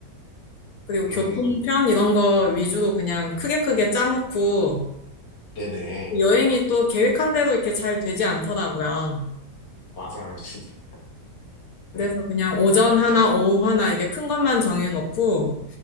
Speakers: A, on the left (about 65°); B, on the left (about 85°).
A: 그리고 교통편
B: 음,
A: 이런 거 위주로 그냥 크게 크게 짜놓고,
B: 네네.
A: 여행이 또 계획한 대로 이렇게 잘 되지 않더라고요.
B: 맞아요. 진짜. 네.
A: 그래서 그냥 오전 하나, 오후 하나, 이게 큰 것만 정해놓고,